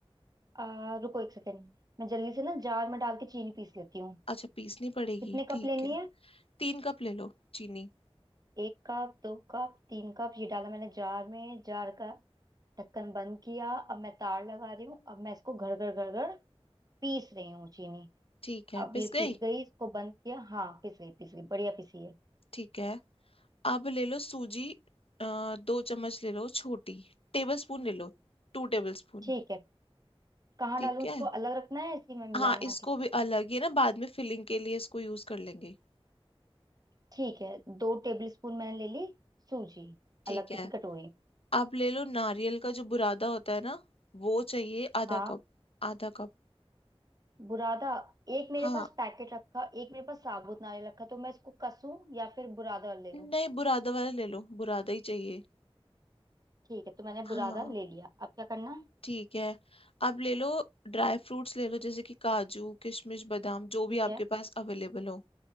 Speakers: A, on the right (about 40°); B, on the left (about 65°).
A: आ, रुको एक सेकेंड मैं जल्दी से ना जार में डाल के चीनी पीस लेती हूँ
B: अच्छा पीसनी पड़ेगी
A: कितने
B: ठीक
A: कप लेनी
B: है
A: है
B: तीन कप ले लो चीनी
A: एक कप दो कप तीन कप ये डाला मैंने जार में जार का ढक्कन बंद किया अब मैं तार लगा रही हूँ अब मैं इसको घड़ घड़ घड़ घड़ पीस रही हूँ चीनी
B: ठीक है
A: अब
B: पिस
A: ये
B: गई
A: पिस गई इसको बंद किया हाँ पिस गई पिस गई बढ़िया पिसी है
B: ठीक है अब ले लो सूजी अ, दो चम्मच ले लो छोटी टेबल स्पून ले लो टू टेबल स्पून
A: ठीक है कहाँ
B: ठीक
A: डालूं उसको
B: है
A: अलग रखना है इसी में मिलाना
B: हाँ इसको
A: है किसी
B: भी
A: में
B: अलग ही ना बाद में फिलिंग के लिए इसको यूज कर लेंगे
A: ठीक है दो टेबल स्पून मैंने ले ली सूजी
B: ठीक
A: अलग किसी
B: है
A: कटोरी में
B: आप ले लो नारियल का जो बुरादा होता है ना वो चाहिए आधा
A: हाँ
B: कप आधा कप
A: बुरादा एक मेरे
B: हाँ
A: पास पैकेट रखा एक मेरे पास साबुत नारियल रखा तो मैं इसको कसूं या फिर बुरादा ले लूं
B: नहीं बुरादा वाला ले लो बुरादा ही चाहिए
A: ठीक है तो मैंने
B: हाँ
A: बुरादा ले लिया अब क्या करना है
B: ठीक है आप ले लो ड्राई फ्रूट्स ले लो जैसे कि काजू किशमिश बादाम जो
A: ठीक
B: भी आपके
A: है
B: पास अवेलेबल हो